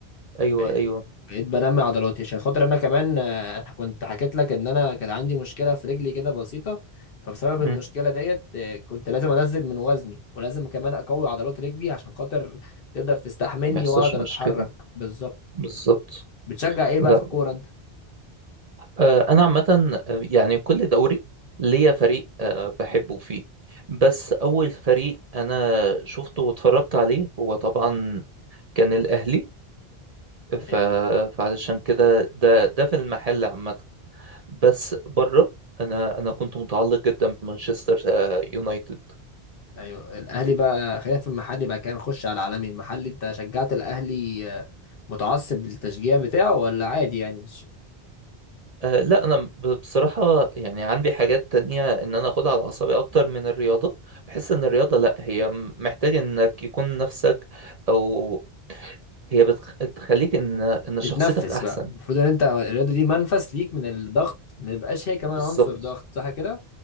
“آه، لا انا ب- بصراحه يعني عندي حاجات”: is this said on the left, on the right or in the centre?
Right